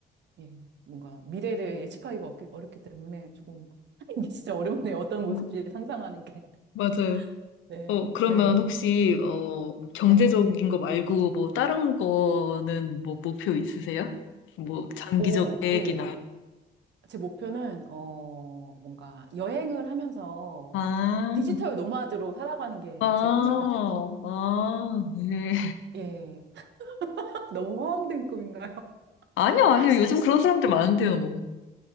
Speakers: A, on the right (about 60°); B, on the left (about 80°).
A: 예, 뭔가 미래를 예측하기가 어렵기, 어렵기 때문에 조금, <laughs> 이게 진짜 어렵네요. 어떤 모습인지
B: 어,
A: 상상하는 게. <laughs>
B: 맞아요.
A: 네,
B: 어, 그러면
A: 네,
B: 혹시, 어, 경제적인
A: 네.
B: 거 말고, 뭐, 다른 거는 뭐, 목표 있으세요? 뭐, 장기적
A: 오,
B: 계획이나.
A: 예. 제 목표는, 어, 뭔가 여행을 하면서
B: 아,
A: 디지털 노마드로 살아가는 게
B: 아,
A: 제 꿈이거든요.
B: 아, 네.
A: 예. <laughs> 너무 허황된 꿈인가요? <laughs>
B: 아니요, 아니요.
A: 아니, 저,
B: 요즘 그런 사람들 많은데요, 뭐.